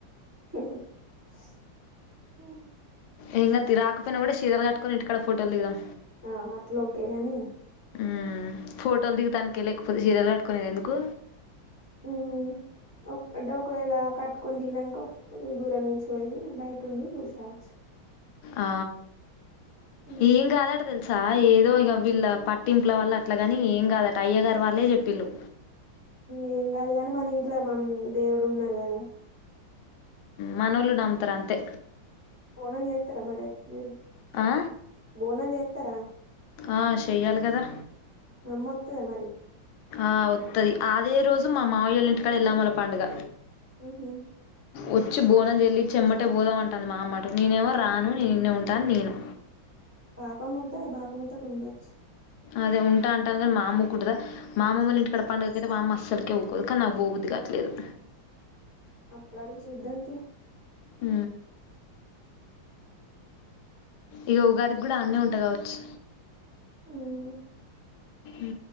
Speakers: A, on the right; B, on the left.
A: హు హు
B: ఏం కాద్ తీ రాకపోయినా గుడా సీరలు కట్టుకొని ఇంటికాడ ఫోటోలుదిగుదం
A: ఆ అట్లోకే గాని
B: మ్మ్ ఫోటోలు దిగతానికే లేకపోతే సీరలు కట్టుకునేది ఎందుకు
A: ఊ ఒక్ ఒకవేళ కట్టుకొని దిగినంక దూరం నుంచి పోయి బయట ఉండి చూసి రావచ్చు
B: ఆ
A: ఉమ్
B: ఏం కాదట తెల్ సా ఏదో ఇక వీళ్ళ పట్టింపుల వల్ల అట్లగాని ఏం కాదట అయ్య గారు వాళ్ళే చెప్పిళ్ళు
A: ఏం కాదుగాని మన ఇంట్ల మమ్ దేవుడు ఉన్నారు గదా
B: మనోలు నమ్తరు అంతే
A: బోనం చేస్తారా మరి మీరు
B: ఆ
A: బోనం చేతారా
B: ఆ చెయ్యాలి కదా
A: మమ్మొత్త మరి
B: ఆ వత్తది అదే రోజు మా మావయళ ఇంటికాడ ఎళ్ళమ్మల పండుగ
A: ఉహు
B: వచ్చి బోనం చెల్లిచ్చ ఎమ్మటే బోధం అంటుంది మా అమ్మట నేనేమో రాను నేను ఈన్నే ఉంటాను నేను
A: పాపం ఉంటాయి పాప అత ఉండొచ్చు
B: అదే ఉంటా అంటాను కానీ మా అమ్మ ఉకుంటదా మా అమ్మమ్మల ఇంటికాడ పండుగయితే మామ్మ అస్సలుకే పోవ్వకూదు కానీ నాకు పోబుద్ది కాట్లేదు
A: అప్పుడు అడుగు చూద్దాంది
B: ఆ ఇగ ఉగాదికి కూడా అన్నే ఉంట కావచ్చు
A: ఉమ్
B: ఉ